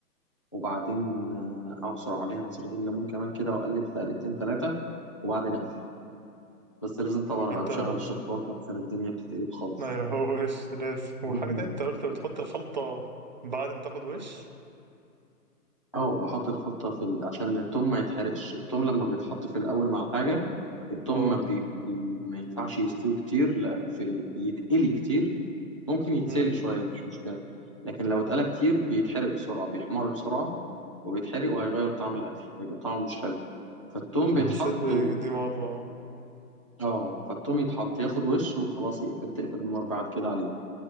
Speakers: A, on the left; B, on the right.
A: وبعدين آه، أعصر عليها عصرتين ليمون كمان كده وأقلب تقلبتين ثلاثة وبعدين أقفل بس لازم طبعا
B: انت
A: أبقى مشغل
B: <laughs>
A: الشفاط عشان الدنيا بتتقلب خالص
B: أيوه هو وش لازم وحاجة
A: مم.
B: تانية انت قلت بتحط الخلطة بعد ما تاخد وش
A: اه بحط الخلطة في ال... عشان التوم ما يتحرقش التوم لما بيتحط في الأول مع الحاجة التوم
B: اه
A: ما, بي... بي... ما ينفعش يستوي كتير لا في ال... يتقلي كتير ممكن يتسلق
B: مم.
A: شوية مش مشكلة لكن لو اتقلى كتير بيتحرق بسرعة بيحمر بسرعة وبيتحرق وهيغير طعم الأكل هيبقى طعمه مش حلو فالتوم
B: أنا
A: بيتحط
B: حسيت بدي مرة اه.
A: اه فالتوم يتحط ياخد وش وخلاص يقفل تقفل النار بعد كده عليه